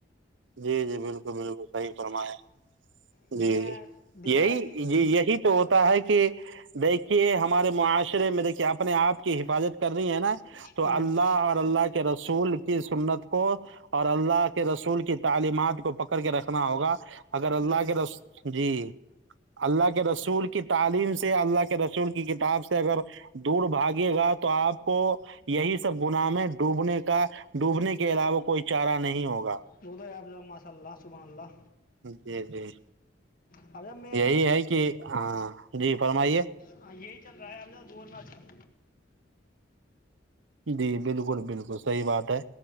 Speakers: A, on the right; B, on the left.
A: جی جی بالکل بالکل صحیح فرمایا
B: میں
A: جی
B: نے دیکھا
A: یہی
B: ہے کہ
A: یہی تو ہوتا ہے کہ دیکھیے ہم ہمارے معاشرے میرے کیا اپنے آپ حفاظت کر رہی ہے نا تو
B: ہوں
A: اللہ اور اللہ کے رسول سنت کو اور اللہ کے رسول تعلیمات کو پکڑ کے رکھنا ہوگا اگر اللہ
B: جی
A: کے رس جی اللہ کے رسول کی تعلیم سے اللہ کے ر کی کتاب سے اگر دور باگ گا تو آپ کو یہی سب گنامیں ڈوبنے کا ڈوبنے کے علاوہ کوئی چارہ نہیں ہوگا
B: وہ تو آپ م صس اللہ سبح اللہ
A: جی جی
B: اب صاحب میں
A: یہی ہے کہ ہاں جی فرمائیے
B: ہاں یہی چل رہا ہے م دوور ماچل
A: جی بالکل بالکل صحیح بات ہے